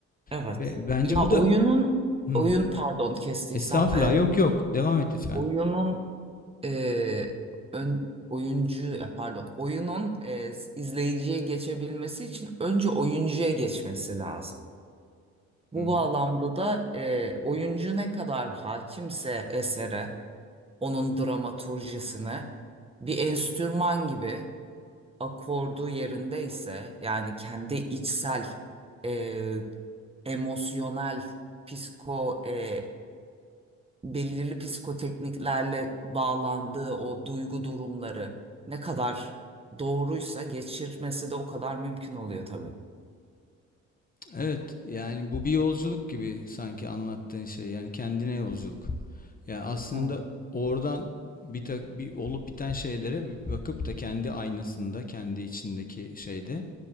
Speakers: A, on the right (about 20°); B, on the left (about 30°).
A: evet.
B: Ve bence
A: Ya
B: bu
A: oyunun,
B: da... Hı.
A: oyun, pardon kestiysem,
B: Estağfurullah
A: e,
B: yok yok. Devam et lütfen.
A: oyunun e, ön, oyuncu ya pardon oyunun e, izleyiciye geçebilmesi için önce oyuncuya geçmesi lazım. Bu
B: Hı hı.
A: bağlamda da e, oyuncu ne kadar hakimse esere, onun dramaturjisine bir enstrüman gibi akordu yerindeyse yani kendi içsel e, emosyonel psiko e, belirli psikotekniklerle bağlandığı o duygu durumları ne kadar doğruysa geçirmesi de o kadar mümkün oluyor tabii.
B: Evet, yani bu bir yolculuk gibi sanki anlattığın şey. Yani kendine yolculuk. Yani aslında
A: Evet,
B: oradan bir, ta- bir olup biten şeylere bir bakıp da kendi aynasında, kendi içindeki şeyde